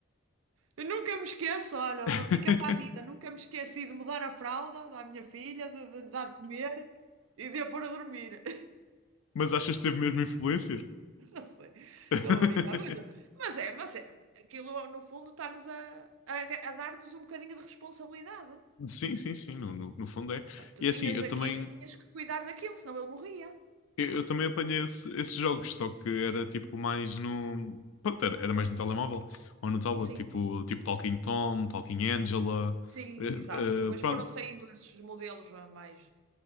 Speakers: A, on the right; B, on the left.
A: Eu nunca me esqueço, olha,
B: <laughs>
A: fica para a vida, nunca me esqueci de mudar a fralda da minha filha, de, de lhe dar de comer e de a pôr a dormir.
B: Mas achas que teve mesmo influência?
A: <laughs> Não sei,
B: <laughs>
A: estou a brincar, mas, mas é, mas é, aquilo no fundo está-nos a, a, a dar-nos um bocadinho de responsabilidade.
B: Sim, sim, sim, no, no, no fundo é.
A: não é? Tu
B: E
A: tinhas
B: assim, eu
A: aquilo
B: também,
A: e tinhas que cuidar daquilo, senão ele morria.
B: Eu, eu também apanhei esse- esses jogos, só que era tipo mais no. Pronto, era, era mais no telemóvel ou no tablet,
A: Sim,
B: tipo, tipo Talking Tom, Talking Angela.
A: sim,
B: eh,
A: exato. Depois
B: eh, pronto.
A: foram saindo esses modelos ah, mais,